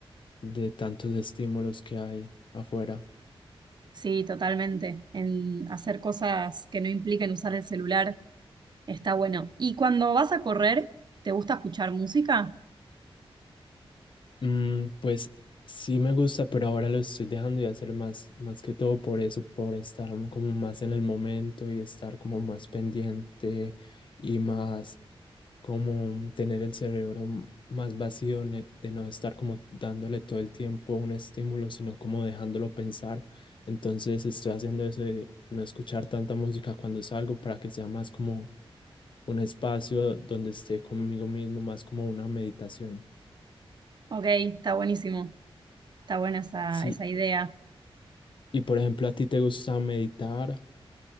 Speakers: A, on the left (about 55°); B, on the right (about 50°).
A: de tantos estímulos que hay afuera.
B: Sí, totalmente. En hacer cosas que no impliquen usar el celular está bueno. ¿Y cuando vas a correr, te gusta escuchar música?
A: Mm, pues sí me gusta, pero ahora lo estoy dejando de hacer más, más que todo por eso, por estar como más en el momento y estar como más pendiente y más como tener el cerebro m- más vacío ne- de no estar como dándole todo el tiempo un estímulo, sino como dejándolo pensar. Entonces estoy haciendo eso de no escuchar tanta música cuando salgo para que sea más como un espacio donde esté conmigo mismo, más como una meditación.
B: Ok, está buenísimo. Está buena esa,
A: Sí.
B: esa idea.
A: Y por ejemplo, ¿a ti te gusta meditar